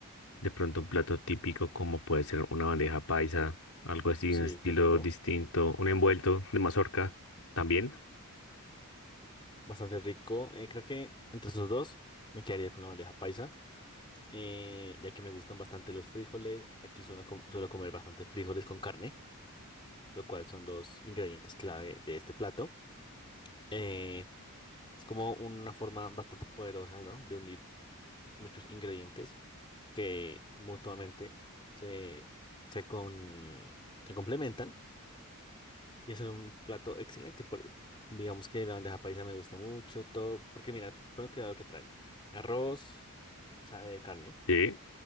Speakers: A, on the left; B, on the left.
A: De pronto un plato típico como puede ser una bandeja paisa, algo así,
B: Sí,
A: un estilo
B: qué rico.
A: distinto, un envuelto de mazorca también.
B: Bastante rico. Eh, creo que entre esos dos me quedaría con la bandeja paisa. eh, ya que me gustan bastante los frijoles. Aquí suelo, com- suelo comer bastante frijoles con carne, lo cual son dos ingredientes clave de este plato. Eh, es como una forma bastante poderosa, ¿no? De unir muchos ingredientes que mutuamente se, se, con- se complementan y hacer un plato excelente. Por- digamos que la bandeja paisa me gusta mucho, todo, porque mira, pon cuidado lo que trae. Arroz, o sea, eh, carne,
A: Sí,